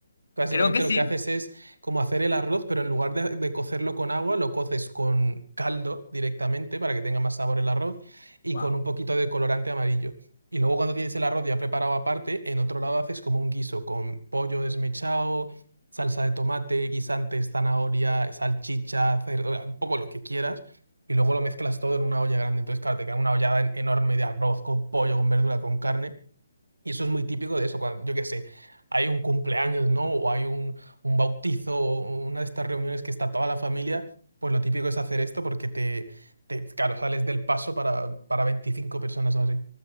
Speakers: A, on the right (about 75°); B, on the left (about 65°).
A: Básicamente
B: creo que sí.
A: lo que haces es como hacer el arroz, pero en lugar de, de cocerlo con agua, lo coces con caldo directamente para que tenga más sabor el arroz y
B: Wow.
A: con un poquito de colorante amarillo. Y luego cuando tienes el arroz ya preparado aparte, en otro lado haces como un guiso con pollo desmechado, salsa de tomate, guisantes, zanahoria, salchicha, cerdo, un poco lo que quieras. Y luego lo mezclas todo en una olla grande. Entonces, claro, te queda una ollada en- enorme de arroz con pollo, con verdura, con carne. Y eso es muy típico de eso, cuando, yo qué sé, hay un cumpleaños, ¿no? O hay un, un bautizo, o una de estas reuniones que está toda la familia, pues lo típico es hacer esto porque te, te claro, sales del paso para, para 25 personas o así.